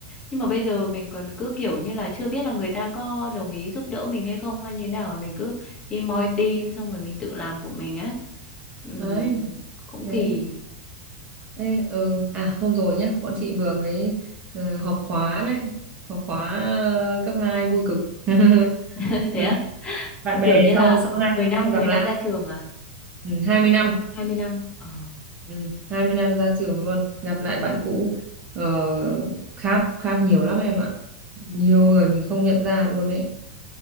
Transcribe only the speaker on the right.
Ừ.
đấy
thế
Ê, ừ à hôm rồi nhá bọn chị vừa mới ờ, họp khóa đấy họp khóa ờ, cấp hai vui cực <laughs>
bạn bè
sau sau 20
năm gặp
lại
ừ, hai mươi năm
ừ, 20 năm ra trường luôn gặp lại bạn cũ ờ, khác khác nhiều lắm em ạ nhiều người mình không nhận ra luôn đấy